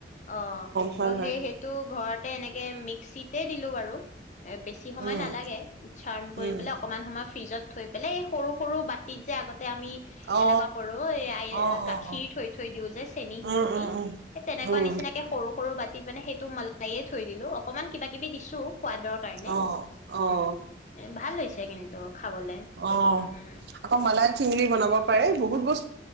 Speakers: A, on the left; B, on the right.
A: অ',
B: ভাল
A: ত'
B: হয়
A: সেই, সেইটো ঘৰত এ, এনেকে মিক্সিতে দিলো, বাৰু। এ, বেছি সময়
B: উম
A: নালাগে, উচ্চাৰণ কৰি
B: উম
A: পেলৈ অকমান সময় ফ্ৰিজত থৈ পেলাই এই সৰু সৰু বাতিত যে আগত আমি
B: অ
A: এনেকুৱা কৰো এ
B: অ অ
A: গাখীৰ
B: অ
A: থৈ থৈ দিওঁ যে চেনী
B: উম
A: গুলি
B: উম উম
A: স তেনেকুৱা নিচিনাকে সৰু সৰু বাত কি, মানে সেইটো <unintelligible> য়ে থৈ দিলো। অকনমান কিবা কিবি দিছোঁ। সোৱাদৰ কাৰণে?
B: উম অ অ
A: উম। <unintelligible> ভাল হৈছে কিন্তু খাবলে
B: অ',
A: উম।
B: আকৌ মালাই চিঙৰি বনাব পাৰে। বহুত বস্